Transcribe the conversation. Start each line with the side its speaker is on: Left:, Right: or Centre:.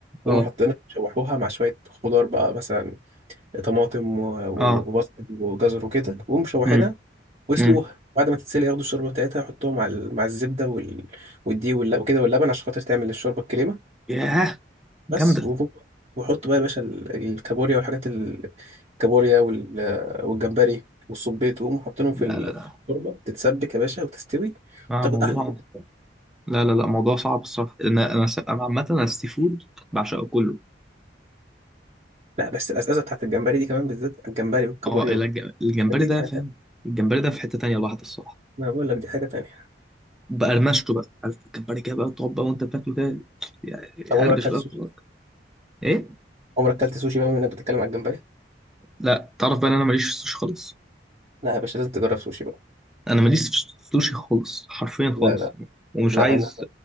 Centre: اه
Right: ويقوموا حاطينها يشوحوها مع شويه خضار بقى مثلا طماطم و- و-
Centre: اه
Right: وبصل وجزر وكده ويقوموا مشوحينها
Centre: امم
Right: ويسلوها
Centre: امم
Right: بعد ما تتسلق ياخدوا الشوربه بتاعتها يحطوها مع ال- مع الزبده وال... والدقيق وال- وكده واللبن عشان خاطر تعمل الشوربه الكريمه
Centre: ياه جامده
Right: بس وهو- وحط بقى يا باشا ال- الكابوريا والحاجات ال- الكابوريا وال... والجمبري والصبيط ويقوموا حاطينهم
Centre: لا
Right: في الشوربه
Centre: لا لا
Right: تتسبك يا باشا وتستوي
Centre: آه
Right: وتاخد
Centre: موضوع
Right: احلى
Centre: لا لا لا موضوع صعب الصراحه انا انا س- أنا عامه انا السي فود بعشقه كله
Right: لا بس الأزازة بتاعت الجمبري دي كمان بالذات الجمبري والكابوريا
Centre: اه إلا
Right: و-
Centre: الج- الجمبري
Right: دي
Centre: ده
Right: دي حاجة
Centre: فاهم
Right: تانية
Centre: الجمبري ده في حته تانية لوحده الصراحه
Right: ما أنا بقول لك دي حاجة تانية
Centre: بقرمشته بقى عارف الجمبري كده بقى تقعد بقى وانت بتاكله كده يعربش
Right: طب عمرك أكلت
Centre: بقى
Right: سوشي؟
Centre: في بقك. ايه
Right: عمرك أكلت سوشي بقى بما إنك بتتكلم عن الجمبري؟
Centre: لا تعرف بقى ان انا ماليش في السوشي خالص
Right: لا يا باشا لازم تجرب سوشي بقى
Centre: انا ماليش في السوشي خالص حرفيا
Right: لا
Centre: خالص
Right: لا
Centre: ومش
Right: لا
Centre: عايز
Right: أنا